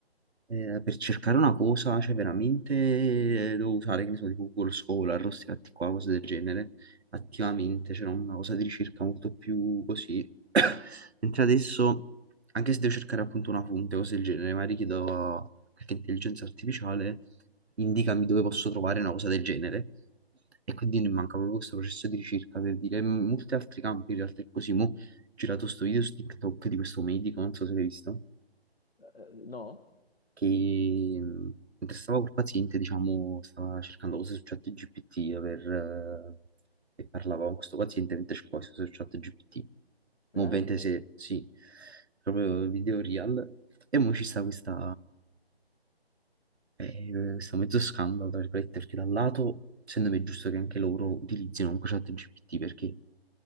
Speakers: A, on the right (about 85°); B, on the left (about 65°).
A: eh, per cercare una cosa, cioè veramente eh, devo usare, che ne so, tipo Google Scholar, questi fatti qua, cose del genere, attivamente, c'era una cosa di ricerca molto più così. Mentre adesso, anche se devo cercare appunto una fonte, cose del genere, magari chiedo a qualche intelligenza artificiale, indicami dove posso trovare una cosa del genere. E quindi mi manca proprio questo processo di ricerca per dire in molti altri campi, in realtà è così. Mo' ho girato sto video su TikTok di questo medico, non so se l'hai visto
B: Eh, no?
A: che mh, mentre stavo col paziente, diciamo, stava cercando cose su ChatGPT per, eh, e parlava con questo paziente mentre cercava cose su ChatGPT. Mo'
B: Veramente?
A: ovviamente se, sì, proprio video real. E mo' ci sta questa, eh, questo mezzo scandalo, tra virgolette, perché da un lato, secondo me è giusto che anche loro utilizzino comunque ChatGPT perché